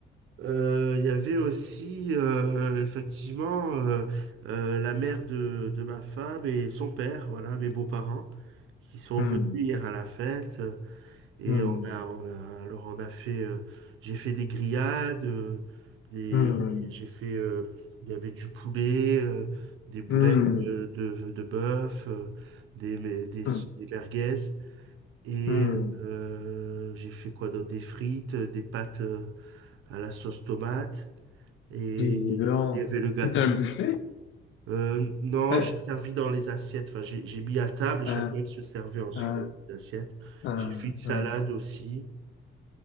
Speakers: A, on the right; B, on the left.
A: Euh, Il y avait aussi euh, effectivement euh, euh, la mère de, de ma femme et son père, voilà, mes beaux-parents, qui sont
B: Hmm,
A: venus hier à la fête. euh, Et
B: hmm,
A: on a, on a, alors on a fait, euh, j'ai fait des grillades, euh, des,
B: hmm,
A: j'ai fait, euh, il y avait du poulet, euh, des boulettes
B: hmm,
A: euh, de, de bœuf, euh, des, mais- des,
B: hmm,
A: des merguez. Et
B: hmm.
A: euh, j'ai fait quoi d'autre? Des frites, euh, des pâtes euh, à la sauce tomate. Et
B: Dis donc,
A: après, il y avait le gâteau.
B: tout un buffet?
A: Euh, non,
B: Euh,
A: j'ai servi dans les assiettes. Enfin, j'ai j'ai mis à table et chacun
B: Hein,
A: il se servait ensuite
B: hein,
A: dans les assiettes.
B: hein,
A: J'ai fait une salade
B: hein.
A: aussi.